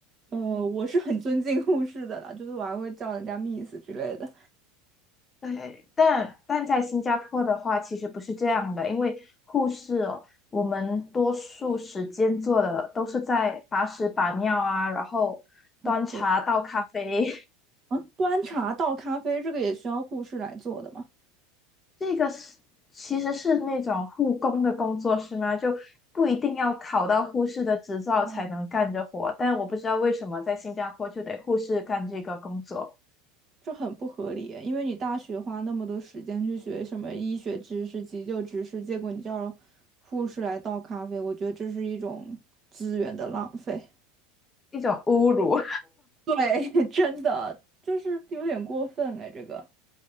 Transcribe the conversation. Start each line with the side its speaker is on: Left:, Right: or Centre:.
Right: 呃，我是很尊敬护士的啦，就是我还会叫人家 Miss 之类的。
Left: 对，但但在新加坡的话，其实不是这样的，因为护士哦，我们多数时间做的都是在把屎把尿啊，然后端茶倒咖啡，
Right: 哦，对，嗯，端茶倒咖啡这个也需要护士来做的嘛？
Left: <laughs> 这个是其实是那种护工的工作是吗？就不一定要考到护士的执照才能干这活，
Right: 哦。
Left: 但我不知道为什么在新加坡就得护士干这个工作，
Right: 这很不合理，因为你大学花那么多时间去学什么医学知识、急救知识，结果你叫护士来倒咖啡，我觉得这是一种资源的浪费。
Left: 一种侮辱。
Right: 对，<laughs> 真的就是有点过分哎，这个